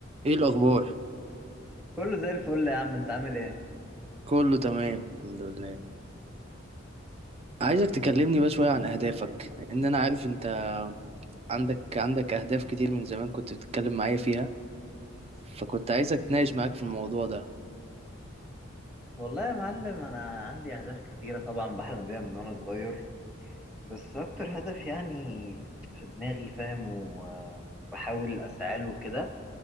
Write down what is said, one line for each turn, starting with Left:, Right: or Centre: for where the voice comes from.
Right: ايه الاخبار
Centre: كله زي الفل يا عم انت عامل ايه
Right: كله تمام الحمد لله عايزك تكلمني بقى شويه عن اهدافك لان انا عارف انت عندك عندك اهداف كتير من زمان كنت بتتكلم معايا فيها فكنت عايزك اتناقش معاك في الموضوع ده
Centre: والله يا معلم انا عندي اهداف كتيره طبعا بحلم بيها من وانا صغير بس اكتر هدف يعني في دماغي فاهم و- وبحاول اسعى له كده